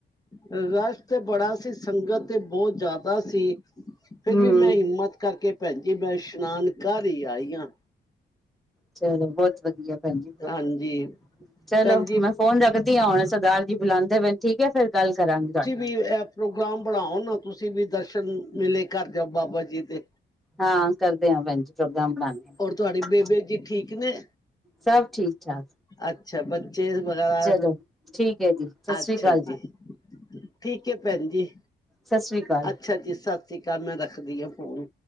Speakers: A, on the left; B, in the centre.
A: ਰਸ਼ ਤੇ ਬੜਾ ਸੀ ਸੰਗਤ ਤੇ ਬਹੁਤ ਜ਼ਿਆਦਾ ਸੀ
B: ਹਮ
A: ਫੇਰ ਵੀ ਮੈਂ ਹਿੰਮਤ ਕਰਕੇ ਭੈਣ ਜੀ ਮੈਂ ਇਸ਼ਨਾਨ ਕਰ ਹੀ ਆਈ ਹਾਂ
B: ਚਲੋ ਬਹੁਤ ਵਧੀਆ ਭੈਣ ਜੀ ਬਹੁਤ
A: ਹਾਂਜੀ
B: ਵਧੀਆ ਚਲੋ
A: ਭੈਣ ਜੀ
B: ਮੈਂ ਫੋਨ ਰੱਖਦੀ ਹਾਂ ਹੁਣ ਸਰਦਾਰ ਜੀ ਬੁਲਾਉਂਦੇ ਪਏ ਠੀਕ ਹੈ ਫੇਰ ਗੱਲ ਕਰਾਂਗੀ ਤੁਹਾਡੇ ਨਾਲ
A: ਓ ਐਪ ਪ੍ਰੋਗਰਾਮ ਬਣਾਓ ਨਾ ਤੁਸੀਂ ਵੀ ਦਰਸ਼ਨ ਮਿਲੇ ਘਰ ਜਾਓ ਬਾਬਾ ਜੀ ਦੇ
B: ਹਾਂ ਕਰਦੇ ਹਾਂ ਭੈਣ ਜੀ ਪ੍ਰੋਗਰਾਮ ਬਣਾਉਦੇ
A: ਔਰ ਤੁਹਾਡੇ ਬੇਬੇ ਜੀ ਠੀਕ ਨੇ
B: ਸਬ ਠੀਕ ਠਾਕ
A: ਅੱਛਾ ਬੱਚੇ ਵਗੈਰਾ
B: ਚਲੋ ਠੀਕ ਹੈ ਜੀ ਸਤਿ
A: ਅੱਛਾ
B: ਸ੍ਰੀ ਅਕਾਲ
A: ਜੀ ਠੀਕ ਹੈ ਭੈਣ ਜੀ
B: ਸਤਿ ਸ੍ਰੀ ਅਕਾਲ
A: ਅੱਛਾ ਜੀ ਸਸ੍ਰੀ ਅਕਾਲ ਮੈਂ ਰੱਖਦੀ ਹਾਂ ਫੋਨ